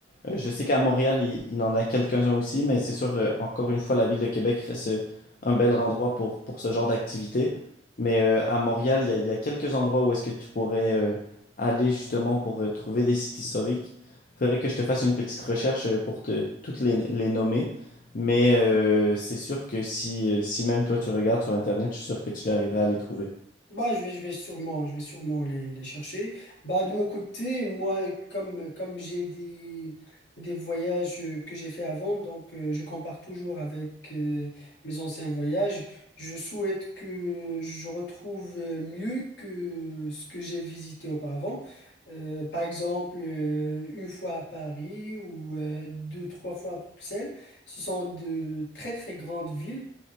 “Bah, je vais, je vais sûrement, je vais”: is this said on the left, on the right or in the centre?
Left